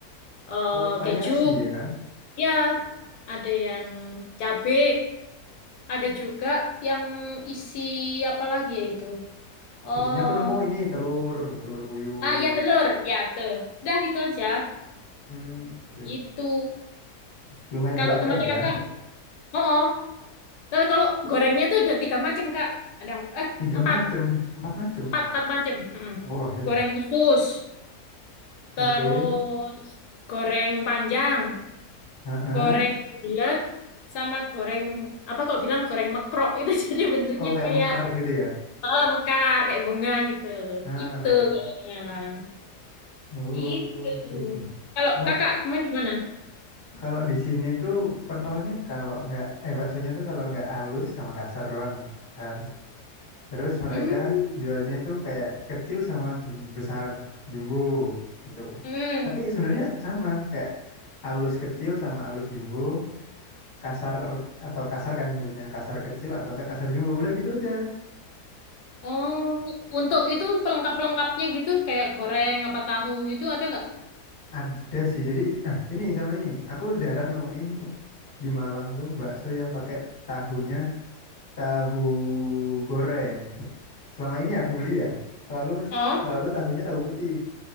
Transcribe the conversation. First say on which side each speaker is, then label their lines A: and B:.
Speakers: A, on the left (about 75°); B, on the left (about 30°).
A: eh,
B: Oh, variasi
A: keju,
B: ya.
A: ya, ada yang cabe. Ada juga yang isi apa lagi ya itu? Oh,
B: Biasanya aku nemu ini telur, telur puyuh.
A: ah ya telur, ya tuh. Dah itu aja.
B: Hmm, oke.
A: Gitu.
B: Lumayan
A: Kalau
B: beragam
A: tempatnya
B: ya.
A: kakak, oh, oh. Tapi kalau gorengnya tuh ada tiga macam kak. Ada yang- eh
B: Tiga
A: empat,
B: macem, empat macem.
A: empat, empat macam. Mm-mm.
B: Wah, aduh.
A: Goreng usus, terus
B: Oke.
A: goreng panjang,
B: Heeh.
A: goreng bulat, sama goreng apa kok bilang goreng mekrok <laughs> itu jadi bentuknya
B: Oh, kayak
A: kayak
B: mekar gitu ya.
A: oh, mekar kayak bunga gitu.
B: Ah,
A: Itu kalau di Malang.
B: oh,
A: Gitu.
B: oke oke.
A: Kalau
B: Kalau
A: kakak, emang gimana?
B: kalau di sini tuh pentolnya kalau nggak eh baksonya tuh kalau nggak halus sama kasar doang kan. Terus mereka
A: Hmm.
B: jualnya itu kayak kecil sama jum besar jumbo itu.
A: Hmm.
B: Tapi sebenarnya sama kayak alus kecil sama alus jumbo, kasar atau kasar kan nyebutnya, kasar kecil atau enggak kasar jumbo, udah gitu aja.
A: Oh, untuk itu pelengkap-pelengkapnya gitu, kayak goreng, apa tahu itu ada nggak?
B: Ada sih. Jadi nah ini sama ini, aku jarang nemuin di Malang tuh bakso yang pakai tahunya tahu goreng. Selama ini aku beli ya, selalu mes-
A: Oh,
B: selalu tahunya tahu putih